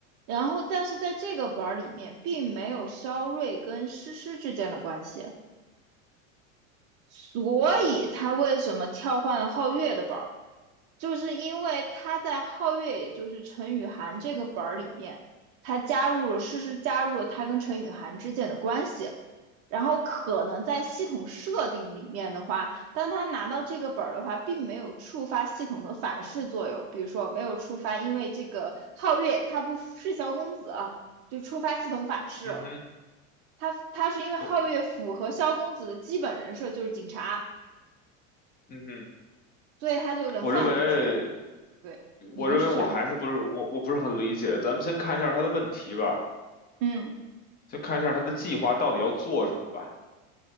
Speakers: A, on the right; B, on the left.
A: 然后，但是在这个本儿里面，并没有肖瑞跟诗诗之间的关系，所以他为什么跳换了皓月的本儿？就是因为他在皓月，也就是陈雨涵这个本儿里面，他加入了诗诗加入了他跟陈雨涵之间的关系，然后可能在系统设定里面的话，当他拿到这个本儿的话，并没有触发系统的反噬作用，比如说没有触发，因为这个皓月他不是萧公子，就触发系统反噬了。
B: 嗯哼，
A: 他他是因为皓月符合萧公子的基本人设就是警察，
B: 我，嗯哼，
A: 所以他就能放进去。
B: 我认为，
A: 对，
B: 我认为我还是不是我，
A: 我觉得是这样。
B: 我不是很理解。咱们先看一下他的问题吧，
A: 嗯。
B: 先看一下他的计划到底要做什么吧。